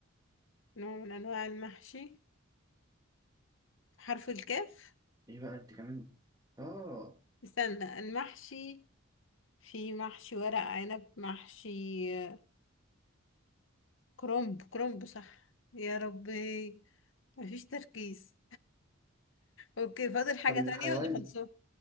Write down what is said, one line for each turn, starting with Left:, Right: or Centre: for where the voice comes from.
Left: نوع من انواع المحشي حرف الكاف
Right: ايه بقى انت كمان اه
Left: استنى المحشي في محشي ورق عنب محشي آه، كرنب كرنب صح يا ربي مفيش تركيز اوكي فاضل حاجة
Right: طب الحيوان
Left: تانية ولا خلصوا